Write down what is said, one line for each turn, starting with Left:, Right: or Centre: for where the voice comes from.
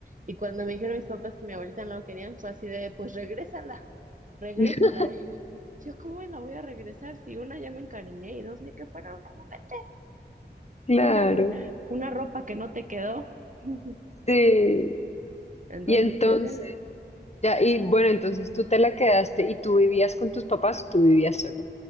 Right: Y cuando me dijeron mis papás que mi abuelita no lo querían, fue así de, pues regrésala, regrésala.
Left: <laughs>
Right: <laughs> Y yo, ¿cómo la voy a regresar? Si una ya me encariñé y dos, ni que fuera un juguete,
Left: Claro,
Right: una, ro- una ropa que no te quedó. <laughs>
Left: sí.
Right: Entonces,
Left: Y entonces,
Right: pues ya.
Left: ya, y bueno, entonces tú te la quedaste y tú vivías con tus papás, o tú vivías solo.